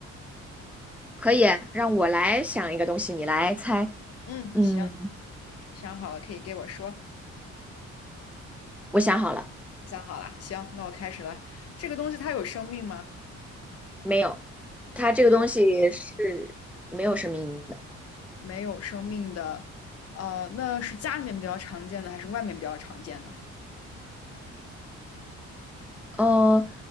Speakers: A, in the centre; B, on the left.
A: 可以让我来想一个东西，你来猜。
B: 嗯，
A: 嗯，
B: 行，想好了可以给我说。
A: 我想好了。
B: 你想好了，行，那我开始了。这个东西它有生命吗？
A: 没有，它这个东西是没有生命的。
B: 没有，没有生命的。呃，那是家里面比较常见的，还是外面比较常见呢？
A: 呃，